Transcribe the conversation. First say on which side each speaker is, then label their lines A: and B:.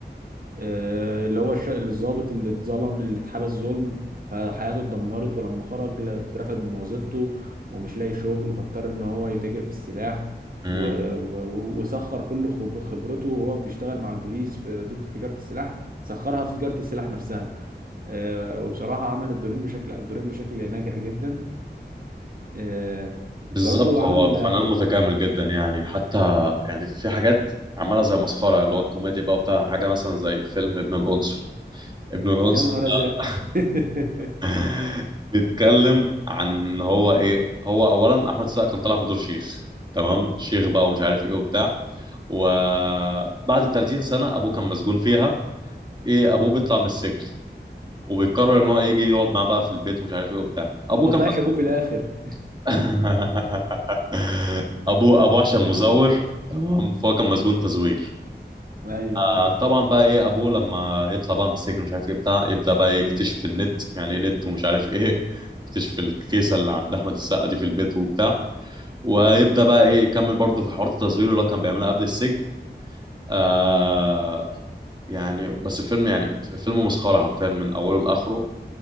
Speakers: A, on the right (about 50°); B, on the right (about 25°).
A: آه، اللي هو الش- الضابط اللي اتظلم اللي اتحبس ظلم فحياته اتدمرت ولما خرج لا- اترفد من وظيفته ومش لاقي شغل فاضطر ان هو يتاجر في السلاح
B: م-
A: و... و... و- وسخر كل خب- خبرته وهو بيشتغل مع البوليس في ضد تجارة السلاح سخرها في تجارة السلاح نفسها آه، وبصراحة عمل الدورين بشكل الدورين بشكل ناجح جدا آه،
B: بالظبط
A: برضو عمل
B: هو فنان متكامل جدا يعني حتى يعني في حاجات عملها زي مسخرة اللي هو الكوميديا بقى بتاع حاجة مثلا زي فيلم ابن القنصل ابن القنصل
A: يا نهار
B: ده
A: ازرق <laughs>
B: <laughs> بيتكلم عن إن هو ايه هو اولا احمد السقا كان طالع بدور شيخ تمام شيخ بقى ومش عارف ايه وبتاع وبعد 30 سنة ابوه كان مسجون فيها ايه ابوه بيطلع من السجن وبيقرر ان هو يجي يقعد معاه بقى في البيت ومش عارف ايه وبتاع ابوه
A: ما
B: كان
A: طلعش
B: مسجون
A: ابوه في الاخر
B: <laughs> ابوه ابوه عشان مزور تمام فهو كان مسجون تزوير
A: <laughs> ايوه
B: آه، طبعا بقى ايه ابوه لما يطلع بقى من السجن مش عارف ايه بتاع يبدا بقى إيه يكتشف النت يعني ايه نت ومش عارف ايه يكتشف الكيسه اللي عند احمد السقا دي في البيت وبتاع ويبدا بقى ايه يكمل برضه في حوار التزوير اللي هو كان بيعملها قبل السجن آه يعني بس الفيلم يعني فيلم مسخره حرفيا من اوله لاخره